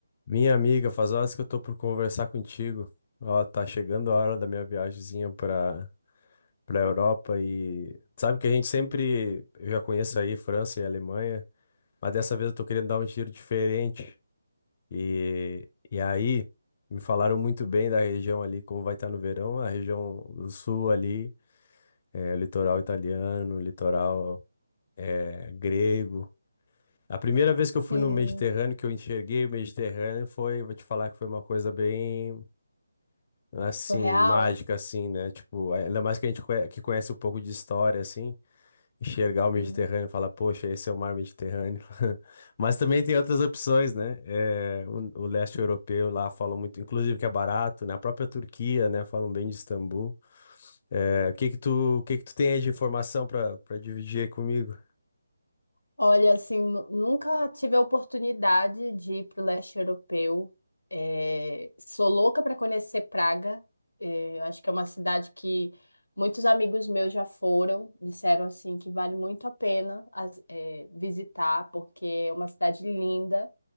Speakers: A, on the left; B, on the left.
A: Minha amiga, faz horas que eu tô por conversar contigo. Ó, tá chegando a hora da minha viagemzinha pra, pra Europa e sabe que a gente sempre, eu já conheço aí França e Alemanha, mas dessa vez eu tô querendo dar um giro diferente. E, e aí, me falaram muito bem da região ali, como vai estar no verão, a região do sul ali, é, litoral italiano, litoral é, grego. A primeira vez que
B: Sim,
A: eu fui no Mediterrâneo, que eu enxerguei o Mediterrâneo, foi, vou te falar que foi uma coisa bem, assim,
B: surreal.
A: mágica, assim, né? Tipo, ainda mais que a gente conhe- que conhece um pouco de história, assim, enxergar o Mediterrâneo
B: Sim.
A: e falar, poxa, esse é o mar Mediterrâneo. <laughs> Mas também tem outras opções, né? É, o, o leste europeu lá falam muito, inclusive que é barato, né? A própria Turquia, né? Falam bem de Istambul. É, o que que tu, o que que tu tem aí de informação para para dividir aí comigo?
B: Olha, assim, nu- nunca tive a oportunidade de ir para o leste europeu. É, sou louca para conhecer Praga. É, eu acho que é uma cidade que muitos amigos meus já foram, disseram assim que vale muito a pena as- é, visitar, porque é uma cidade linda,